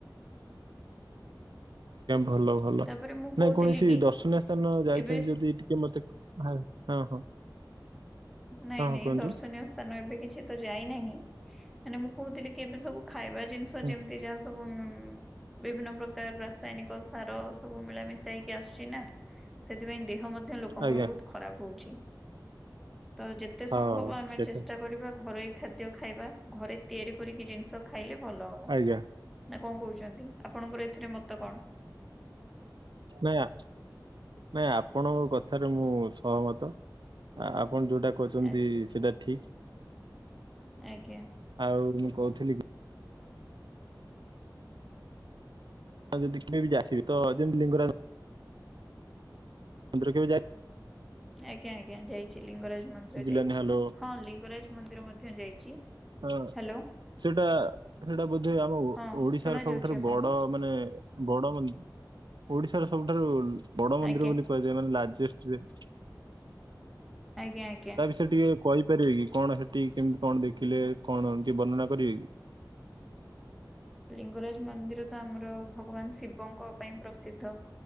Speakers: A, on the right; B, in the centre.
A: ଭଲ। ଭଲ
B: ତାପରେ ମୁଁ କହୁଥିଲି
A: ନାଇଁ କୌଣସି
B: କି
A: ଦର୍ଶନୀୟ ସ୍ଥାନ ଯାଇଛନ୍ତି
B: ଏବେ ସ୍-
A: ଯଦି ଟିକେ ମତେ ହଁ ହଁ?
B: ନାଇଁ
A: ହଁ
B: ନାଇଁ
A: କୁହନ୍ତୁ
B: ଦର୍ଶନୀୟ ସ୍ଥାନ ଏବେ କିଛି ତ ଯାଇନାହିଁ ମାନେ ମୁଁ କହୁଥିଲି ଏବେ ସବୁ ଖାଇବା ଜିନିଷ
A: ହୁଁ
B: ଯେମିତି ଯାହା ସବୁ ବିଭିନ୍ନ ପ୍ରକାର ରାସାୟନିକ ସାର ସବୁ ମିଳାମିଶା ହେଇକି ଆସୁଛି ନା ସେଥିପାଇଁ ଦେହ ମଧ୍ୟ ଲୋକଙ୍କର
A: ଆଜ୍ଞା
B: ବହୁତ ଖରାପ ହଉଛି। ତ ଯେତେ
A: ହଁ
B: ସମ୍ଭବ ଆମେ
A: ସେଇଟା
B: ଚେଷ୍ଟା କରିବା ଘରୋଇ ଖାଦ୍ୟ ଖାଇବା ଘରେ ତିଆରି କରିକି ଜିନିଷ ଖାଇଲେ ଭଲ ହବ
A: ଆଜ୍ଞା
B: ନା କଣ କହୁଛନ୍ତି ଆପଣଙ୍କର ଏଥିରେ ମତ କଣ??
A: ନାଇଁଆ ନାଇଁ ଆପଣଙ୍କ କଥାରେ ମୁଁ ସହମତ ଆପଣ ଯୋଉଟା କରଛନ୍ତି
B: ଆଚ୍ଛା
A: ସେଟା ଠିକ।
B: ଆଜ୍ଞା।
A: ଆଉ ମୁଁ କହୁଥିଲି କି ଯଦି କେବେ ବି ଯାଥିବି ତ ଯେମିତି ଲିଙ୍ଗରାଜ ମନ୍ଦିର କେବେ ଯା
B: ଆଜ୍ଞା ଆଜ୍ଞା ଯାଇଛି ଲିଙ୍ଗରାଜ ମନ୍ଦିର
A: ଶୁଭିଲାନି
B: ଯାଇଛି
A: ହ୍ୟାଲୋ
B: ହଁ ଲିଙ୍ଗରାଜ ମନ୍ଦିର ମଧ୍ୟ ଧ୍ୟ୍ୟ ଯାଇଛି।
A: ହଁ
B: ହ୍ୟାଲୋ।
A: ସେଟା ସେଇଟା ବୋଧେ ଆମ
B: ହଁ
A: ଓଡିଶାର
B: ଶୁଣା
A: ସବୁଠାରୁ
B: ଯାଉଛି ଆପଣଙ୍କୁ
A: ବଡ ମାନେ ବଡ ମନ୍ଦିର ଓଡିଶାର ସବୁଠାରୁ ବଡ ମନ୍ଦିର
B: ଆଜ୍ଞା
A: ବୋଲି ଲାର୍ ଯେଷ୍ଟ୍ ରେ <unintelligible>
B: ଆଜ୍ଞା ଆଜ୍ଞା।
A: ସେ ଟିକେ କହିପାରିବେ କି କଣ ସେଠି କେମିତି କଣ ଦେଖିଲେ କଣ ଟିକେ ବର୍ଣ୍ଣନା କରିବେ କି?
B: ଲିଙ୍ଗରାଜ ମନ୍ଦିର ଆମର ଭଗବାନ ଶିବଙ୍କ ପାଇଁ ପ୍ରସିଦ୍ଧ